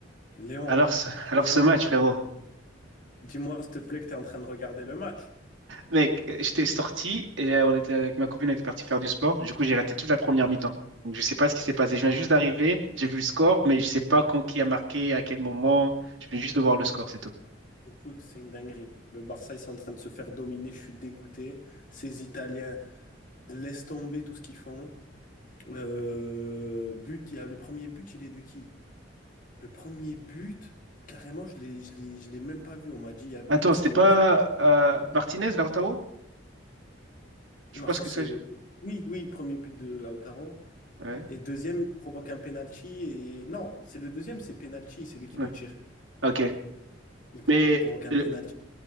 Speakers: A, on the left; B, on the right.
A: Il y a- Léon,
B: Alors, ce- alors
A: Léon,
B: ce match, frérot.
A: dis-moi s'il te plaît que tu es en train de regarder le match.
B: Mec, euh, j'étais sorti et euh, on était avec ma copine, on était parti faire du sport. Du coup, j'ai raté toute la première mi-temps. Donc, je sais pas ce qui s'est passé. Je viens juste d'arriver, j'ai vu le score, mais je sais pas quand qui a marqué, à quel moment. Je viens juste de voir le
A: Donc,
B: score, c'est tout.
A: Écoute, c'est une dinguerie. Le Barça, ils sont en train de se faire dominer. Je suis dégoûté. Ces Italiens laissent tomber tout ce qu'ils font. Euh, but, il y a le premier but, il est de qui? Le premier but, carrément, je l'ai, je l'ai, je l'ai même pas vu. On m'a dit il y a but
B: Attends,
A: parce
B: c'était
A: que
B: pas euh, Martinez, Lautaro? Je
A: non,
B: pense
A: ça
B: que
A: c'est
B: ça, j'ai.
A: oui, oui, premier but de Lautaro.
B: Ouais.
A: Et deuxième, il provoque un penalty. Et non, c'est le deuxième, c'est penalty, c'est lui qui
B: ouais.
A: le tire.
B: Ok.
A: Ils
B: Mais
A: provoquent un
B: il
A: pénalty,